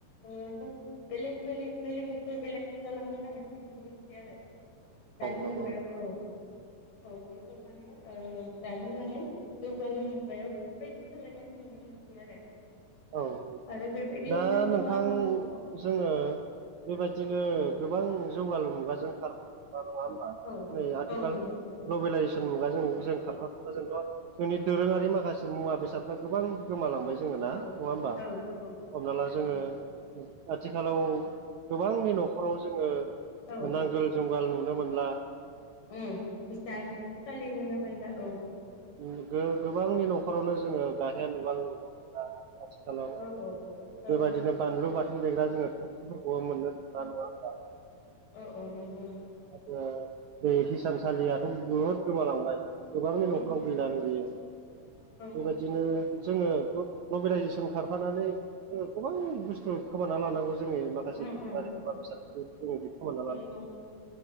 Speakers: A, on the left; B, on the right.
A: ओ <unintelligible> बेलेग बेलेग बेलेगनिफ्राय बेलेग जालांबाय थानायखौ नुनो मोनसै आरो। दानि मुगायाव
B: नंगौ
A: औ। औ बेफोर माने ओ दानि माने जौगालु मुगायाव बेफोरबायदि सोलायनायखौ नुनो मोनसै आरो।
B: औ
A: आरो बेबायदिनो
B: दा
A: जों गोबां
B: नोंथां
A: औ।
B: जोङो बेबायदिनो गोबां जौगालु मुगाजों खारफा खारफा नङा हो
A: औ
B: नै आथिखाल
A: औ नंगौ
B: ग्लबेलाइजेसन मुगाजों जों खारफा खारफा जोंथ' जोंनि दोरोङारि माखासे मुबा बेसाद गोबां गोमालांबाय जोङो ना नङा
A: औ
B: होमबा?
A: औ गोमालांबाय
B: हमना ला जोङो
A: औ नंगौ
B: आथिखालाव गोबांनि न'खराव जोङो
A: औ
B: नांगोल जुंगाल नुनो मोनला।
A: उम बिसानसालि नुनो मोनला औ।
B: नु
A: औ
B: गो-गोबांनि न'खरावनो जोङो गायहेन उवाल नु खालाव
A: औ औ
B: बेबायदिनो बानलु बाथोन देग्रा जोङो थफिफोरखौबो मोननो थांना नङा होमबा?
A: औ औ नंगौ नों
B: आरो बे हिसानसालियाथ' बुहुद गोमालांबाय। गोबांनि
A: उम
B: न'खराव
A: उम
B: गैलाङो बेयो।
A: औ
B: बेबायदिनो जोङो ग्ल ग्लबेलाइजेसन खारफानानै जोङो गोबां बुस्थु खोमाना लानांगौ जोंनि माखासे
A: उम
B: मुवा
A: उम
B: बेसादफोरखौ जोङो बिदि खोमानना ला
A: नंगौ